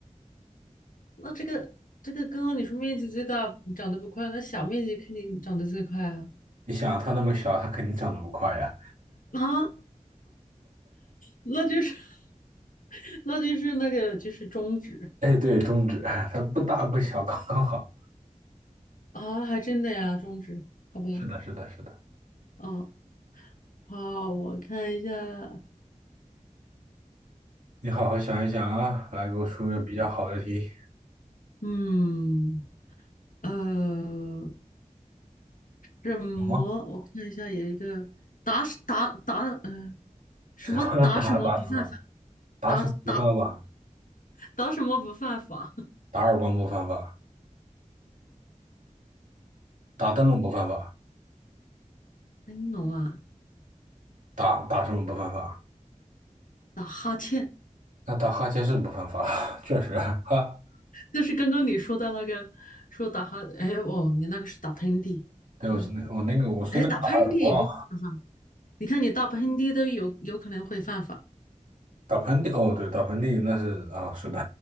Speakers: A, on the left; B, on the right.
A: 那这个这个刚刚你说面积最大长得不快，那小面积肯定长得最快啊。
B: 你想它那么小，它肯定长得不快呀。
A: 啊，那就是 <laughs> 那就是那个就是中指
B: 哎，对，中指，它不大不小，刚刚好。
A: 啊，还真的呀，中指，好吧，
B: 是的，是的，是的。
A: 嗯，好，我看一下，
B: 你好好想一想啊，来给我出个比较好的题。
A: 嗯，呃，什么？
B: 有吗？
A: 我看一下，有一个打什打打，嗯什么打什么不犯法，
B: <laughs> 打打什么？打什么不犯法？
A: 打打打什么不犯法？<laughs>
B: 打耳光不犯法，打灯笼不犯法，
A: 哎，侬啊，
B: 打打什么不犯法？
A: 打哈欠。
B: 那打哈欠是不犯法，<laughs> 确实啊哈。
A: 就是刚刚你说的那个，说打哈，哎哦，你那个是打喷嚏，
B: 对，
A: 可能
B: 我是那我那个我是那个打耳光，
A: 哎打喷嚏也不犯法，你看你打喷嚏都有有可能会犯法，
B: 打喷嚏哦，对，打喷嚏那是啊，是的，